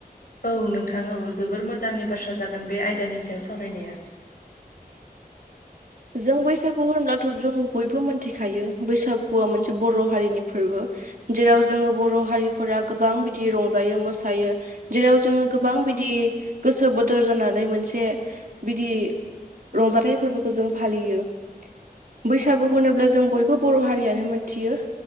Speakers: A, on the left; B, on the right.
A: औ नोंथां औ जोबोर मोजांनि बाथ्रा जागोन बे आयदानि सायाव सावरायनाया
B: जों बैसागु होनब्लाथ' जों बयबो मिथिखायो बैसागुआ मोनसे बर' हारिनि फोरबो जेराव जोङो बर' हारिफोरा गोबां बिदि रंजायो मोसायो जेराव जोङो गोबां बिदि गोसो बोथोर जानानै मोनसे बिदि रंजाथानाय फोरबोखौ जों फालियो बैसागु होनोब्ला जों बयबो बर' हारियानो मोनथियो